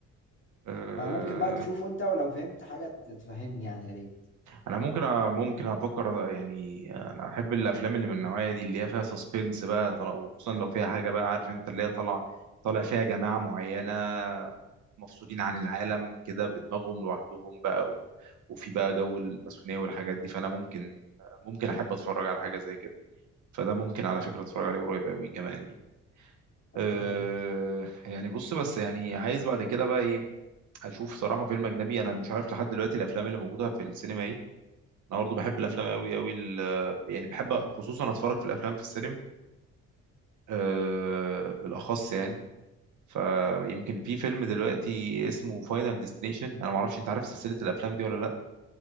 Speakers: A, on the right; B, on the left.
A: آه...
B: فممكن بقى تشوفه أنت ولو فهمت حاجة ت- تفهمني يعني يا ريت
A: انا ممكن ممكن افكر يعني انا احب الافلام اللي من النوعيه دي اللي هي فيها سسبنس بقى طل- وخصوصا لو فيها حاجه بقى عارف انت اللي هي طالع طالع فيها جماعه معينه مفصولين عن العالم كده بدماغهم لوحدهم بقى و- وفي بقى جو الماسونيه والحاجات دي فانا ممكن ممكن احب اتفرج على حاجه زي كده فده ممكن على فكره اتفرج عليه قريب قوي كمان يعني
B: طب
A: أه
B: ده جامد
A: يعني بص بس يعني عايز بعد كده بقى ايه اشوف صراحه فيلم اجنبي انا مش عارف لحد دلوقتي الافلام اللي موجوده في السينما ايه انا برضه بحب الافلام قوي قوي يعني بحب خصوصا اتفرج في الافلام في السينما أه بالاخص يعني فيمكن في فيلم دلوقتي اسمه فاينل ديستنيشن انا ما اعرفش انت عارف سلسله الافلام دي ولا لا